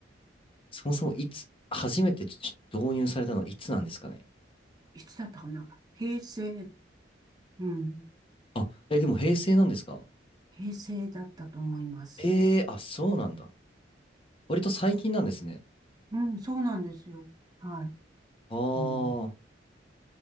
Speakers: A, on the left; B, on the right.
A: そもそもいつ、初めてち導入されたのいつなんですかね。
B: いつだったかな平成、うん。
A: あ、え、でも平成なんですか
B: 平成だったと思います。
A: ええー、あ、そうなんだ。割と最近なんですね。
B: うん、そうなんですよ。はい。
A: あ
B: うん。
A: あ、